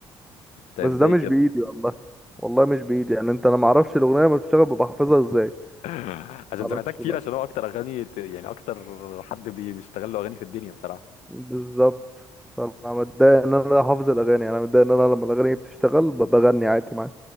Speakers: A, on the left; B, in the centre.
A: انت
B: بس
A: ازاي
B: ده مش
A: كده
B: بايدي والله والله مش بايدي يعني انت انا ما اعرفش الاغنيه لما بتشتغل ببقى حافظها ازاي
A: <laughs> عشان
B: معرفش
A: سمعتها كتير
B: بقى
A: عشان هو اكتر اغاني ت- يعني اكتر حد بي- بيشتغل له اغاني في الدنيا بصراحه
B: بالظبط انا متضايق ان انا حافظ الاغاني انا متضايق ان انا لما الاغاني بتشتغل ب- بغني عادي معاها